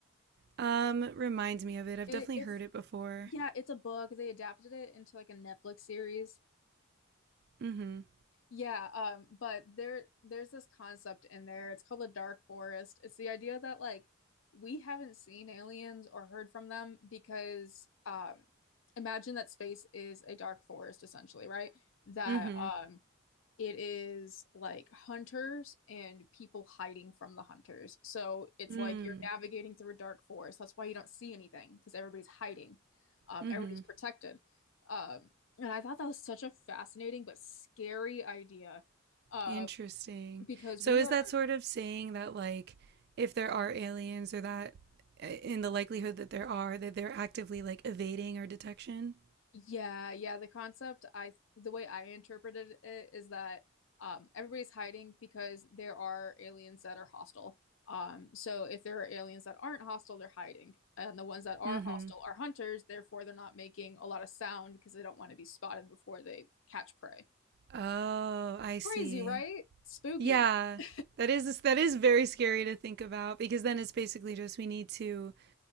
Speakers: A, on the right; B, on the left.
A: Um, reminds me of it. I've
B: It,
A: definitely
B: it's
A: heard it before.
B: yeah, it's a book. They adapted it into like a Netflix series.
A: Mm-hmm.
B: Yeah, um, but there there's this concept in there. It's called the dark forest. It's the idea that like we haven't seen aliens or heard from them because um imagine that space is a dark forest essentially, right? That
A: Mm-hmm.
B: um it is like hunters and people hiding from the hunters. So it's
A: Mm.
B: like you're navigating through a dark forest. That's why you don't see anything because everybody's hiding. Um,
A: Mm-hmm.
B: everybody's protected. Um, and I thought that was such a fascinating but scary idea uh,
A: Interesting.
B: because
A: So
B: we
A: is
B: are
A: that sort of saying that like if there are aliens or that eh, in the likelihood that there are that they're actively like evading our detection?
B: Yeah, yeah, the concept I the way I interpreted it is that um everybody's hiding because there are aliens that are hostile. Um so if there are aliens that aren't hostile, they're hiding. And the ones that are
A: Mhm.
B: hostile are hunters, therefore they're not making a lot of sound because they don't want to be spotted before they catch prey.
A: Oh, I see.
B: Crazy, right? Spooky.
A: Yeah.
B: <laughs>
A: That is that is very scary to think about because then it's basically just we need to